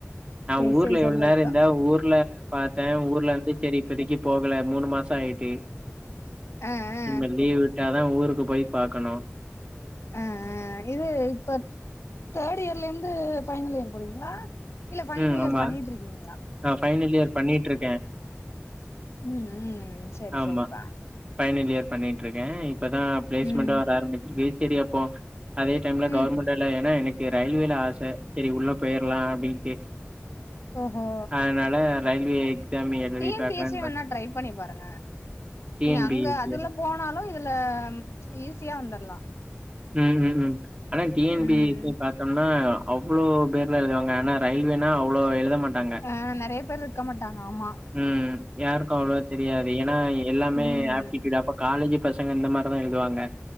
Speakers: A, on the right; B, on the left.
A: நான்
B: சேரி
A: ஊர்ல
B: சேரி
A: எவ்ளோவு
B: சந்தோஷோ
A: நேரம் இருந்தா ஊர்ல பாத்தேன் ஊர்ல வந்து சரி இப்பதைக்கு போகல மூணு மாசம் ஆயிட்டு
B: ஆ ஆ ஆ
A: இனிம லீவ் விட்டாதான் ஊருக்கு போய் பாக்கணும்
B: ஆஆ இது இப்ப தேர்ட் இயர்ல இருந்து ஃபைனல் இயர் போறீங்களா இல்ல ஃபைனல்
A: ம் ஆமா
B: இயர் பண்ணிட்டுருக்கீங்களா
A: ஆ ஃபைனல் இயர் பண்ணிட்ருக்கே
B: ம்‌ம் சரி
A: ஆமா
B: சரிப்பா
A: ஃபைனல் இயர் பண்ணிட்டுருக்கே இப்பதான் பிளேஸ்மெண்ட்
B: ம்
A: வர ஆரம்பிச்சிருக்கு சரி அப்போ அதே டைம்ல
B: ம்
A: கவர்மெண்ட்ல ஏன்னா எனக்கு ரயில்வேல ஆசை சரி உள்ள போயிடலாம் அப்படின்னுட்டு
B: ஓஹோ
A: அதனால ரயில்வே எக்ஸாம் எழுதி
B: டி என்பி
A: பாக்கலான்னு
B: எஸ் சி வேணா
A: பாத்
B: ட்ரை பண்ணி பாருங்க
A: டி
B: நீங்க
A: என் பி
B: வேணா
A: எஸ் சியா
B: அதுல போனாலும் இதுல ஈஸியா வந்துடலாம்
A: ம்ம்ம் ஆனா டீ ன்
B: ம்
A: பி சிக்கா போட்டோம்னா அவ்ளோ பேர்ல எழுதுவாங்க ஆனா ரயில்வேனா அவ்ளோ எழுத மாட்டாங்க
B: ஆ நிறைய பேர் இருக்க மாட்டாங்க ஆமா
A: ம் யாருக்கும் அவ்வளவோ தெரியாது ஏன்னா எல்லாமே
B: ம்
A: ஆப்டூடா பாக்க காலேஜி பசங்க இந்த மாதிரிதான் எழுதுவாங்க